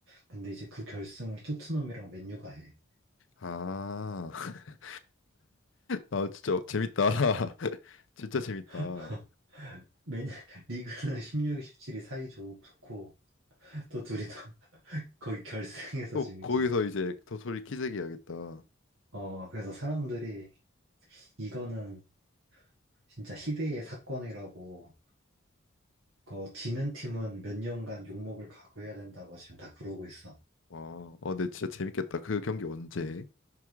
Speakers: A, on the right; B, on the left.
A: 근데 이제 그 결승을 토트넘이랑 맨유가 해.
B: 아, <laughs> 아 진짜 재밌다. <laughs> 진짜 재밌다. 어,
A: <laughs> 맨, 리그는 16, 17이 사이 좋고, 또 둘이 다 <laughs> 거기 결승에서
B: 또
A: 지금
B: 거기서
A: 이제,
B: 이제 도토리 키재기 해야겠다.
A: 어, 그래서 사람들이 이거는 진짜 희대의 사건이라고, 그 지는 팀은 몇 년간 욕먹을 각오해야 된다고 지금 다 그러고 있어.
B: 와, 어, 네, 진짜 재밌겠다. 그 경기 언제?